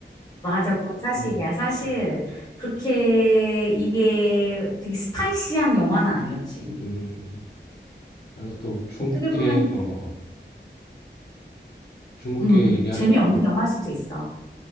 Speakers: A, on the left (about 20°); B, on the left (about 60°).
A: 맞아, 그건 사실이야.
B: 어,
A: 사실
B: 어.
A: 그렇게 이게 되게 스파이시한 영화는 아니었지.
B: 음, 그리고 또 중국계,
A: 어떻게 보면
B: 어, 어. 중국계
A: 음,
B: 얘기하니까,
A: 재미없는 영화일 수도
B: 음,
A: 있어.